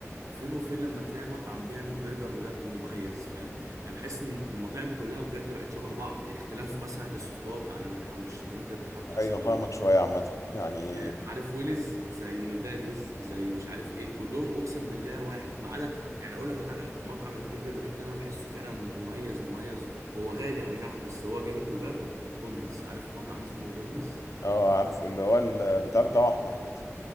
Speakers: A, on the right (about 80°); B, on the left (about 80°).
A: فين وفين لما تلاقي مطعم بيعمل برجر بجد مميز فاهم يعني بحس ان المطاعم كلها بجد بقت شبه بعض اختلاف مثلا الصوصات على الحبشتكنات اللي بتتحط على
B: ايوه
A: السندوتش
B: فاهمك شوية عامة يعني
A: يعني عارف ويلز زي داتز زي مش عارف ايه كلهم اقسم بالله واحد ما عدا يعني اقول لك على حاجه مطعم البرجر الوحيد اللي انا بحسه فعلا مميز مميز هو غالي اي نعم بس هو جامد بجد هولمز عارف مطعم اسمه هولمز
B: اه عارف اللي هو البتاع بتاعه احمر كده